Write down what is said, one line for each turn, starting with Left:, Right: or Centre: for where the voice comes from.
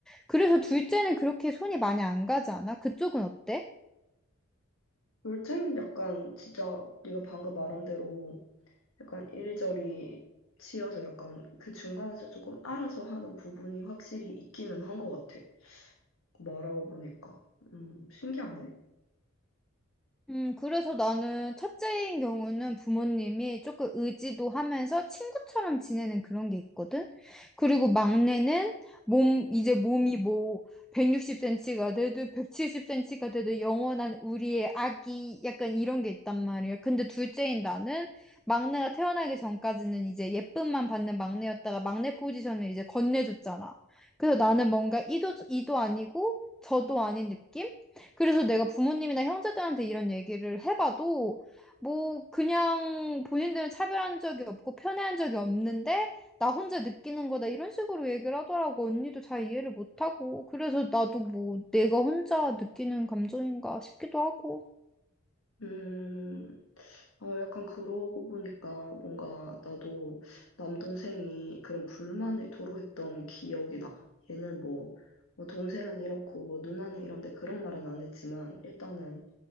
Centre: 그래서 둘째는 그렇게 손이 많이 안 가지 않아? 그쪽은 어때?
Left: 둘째는 약간 진짜 네가 방금 말한 대로 약간 이리저리 치여서 약간 그 중간에서 조금 알아서 하는 부분이 확실히 있기는 한 것 같아. 말하고 보니까. 음, 신기하네.
Centre: 음, 그래서 나는 첫째인 경우는 부모님이 조금 의지도 하면서 친구처럼 지내는 그런 게 있거든? 그리고 막내는 몸, 이제 몸이 뭐 160cm가 되든 170cm가 되든 영원한 우리의 아기 약간 이런 게 있단 말이야. 근데 둘째인 나는 막내가 태어나기 전까지는 이제 예쁨만 받는 막내였다가 막내 포지션을 이제 건네줬잖아. 그래서 나는 뭔가 이도, 이도 아니고 저도 아닌 느낌? 그래서 내가 부모님이나 형제들한테 이런 얘기를 해봐도 뭐 그냥 본인들은 차별한 적이 없고 편애한 적이 없는데 나 혼자 느끼는 거다 이런 식으로 얘기를 하더라고. 언니도 잘 이해를 못하고. 그래서 나도 뭐 내가 혼자 느끼는 감정인가 싶기도 하고.
Left: 음, 어, 약간 그러고 보니까 뭔가 나도 남동생이 그런 불만을 토로했던 기억이 나. 얘는 뭐, 뭐 동생은 이렇고 뭐 누나는 이런데 그런 말은 안 했지만 일단은